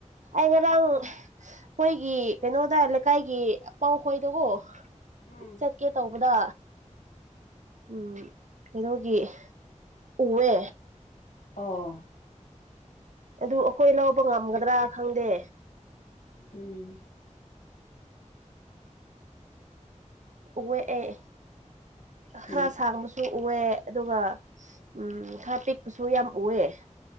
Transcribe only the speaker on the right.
ꯑꯩ ꯉꯔꯥꯡ ꯈꯣꯏꯒꯤ ꯀꯩꯅꯣꯗ ꯂꯩꯀꯥꯏꯒꯤ ꯑꯄꯥꯎꯈꯣꯏꯗꯒꯣ
ꯆꯠꯀꯦ ꯇꯧꯕꯗ ꯎꯝ ꯀꯩꯅꯣꯒꯤ ꯎꯋꯦ
ꯑꯗꯨ ꯑꯩꯈꯣꯏ ꯂꯧꯕ ꯉꯝꯒꯗ꯭ꯔ ꯈꯪꯗꯦ
ꯎꯌꯦ ꯑꯩ ꯈꯔ
ꯁꯥꯡꯕꯁꯨ ꯎꯌꯦ ꯑꯗꯨꯒ ꯎꯝ ꯈꯔ ꯄꯤꯛꯄꯁꯨ ꯌꯥꯝ ꯎꯌꯦ